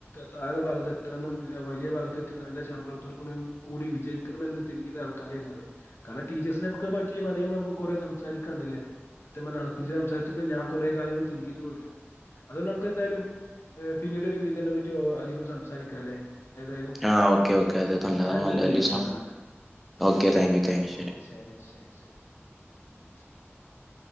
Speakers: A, on the left; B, in the centre.
A: താഴ്ന്ന ഭാഗത്ത് എത്താന്ന് വലിയ ഭാഗത്ത് എത്തി നല്ല ശമ്പളത്തോർ കൂടി വിജയിക്കണമെന്ന് തിങ്ക് ചെയ്ത് ആൾക്കാരായിരുന്നു അത് കാരണം ടിച്ചേഴ്സിനെക്കെ പറ്റി പറയുമ്പോ നമ്മക്ക് കുറെ സംസാരിക്കാണ്ട്ല്ലേ സത്യം പറഞ്ഞാ അനക്ക് ഇജ്ജ് സംസാരിച്ചപ്പോൾ ഞാൻ കുറെേ കാര്യങ്ങൾ തിങ്ക് ചെയ്തു പോയിട്ടുണ്ട് അതൊ നമുക്ക് എന്തായാലും പിന്നീട് ഒരു കൃതിനെ പറ്റി അധികം സംസാരിക്കാം അല്ലെ ഏതായാലും
B: ആ ഓക്കെ ഓക്കേ അത് നല്ലതാ
A: ഞാൻ എന്തായാലും
B: നല്ലലിസ
A: വിളിക്കണ്ട് അനക്ക് ശരിയാണ്
B: ഓക്കെ താങ്ക് യു താങ്ക് യു ശരി
A: ഓക്കെ ശരി <unintelligible>